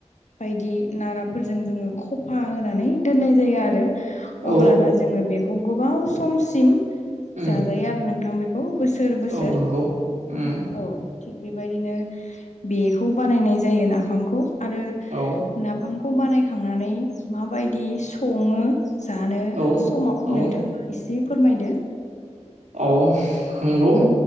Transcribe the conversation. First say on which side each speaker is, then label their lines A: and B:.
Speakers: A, on the left; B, on the right.
A: बायदि नाराफोरजों जोङो खफा होनानै दोननाय जायो आरो
B: औ
A: अब्लाना जोङो बेखौ गोबाव सम सिम
B: उम
A: जाजायो आरो नोंथां बेखौ बोसोर बोसोर।
B: औ नंगौ उम
A: औ थिग बेबायदिनो बेखौ बानायनाय जायो नाफामखौ आरो
B: औ
A: नाफामखौ बानायखांनानै माबायदि सङो? जानो
B: औ
A: समाव
B: औ
A: नोंथाङा एसे फोरमायदो।
B: औ नंगौ